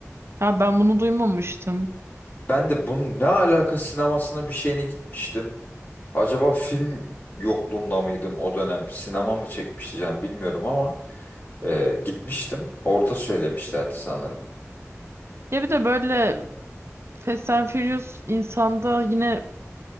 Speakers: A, on the right; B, on the left.
A: Ha ben bunu duymamıştım.
B: Ben de bunun ne alaka sinemasına bir şeyine gitmiştim. Acaba film yokluğunda mıydım o dönem? Sinema mı çekmişti canım bilmiyorum ama e, gitmiştim. Orada söylemişlerdi sanırım.
A: Ya bir de böyle Fast and Furious insanda yine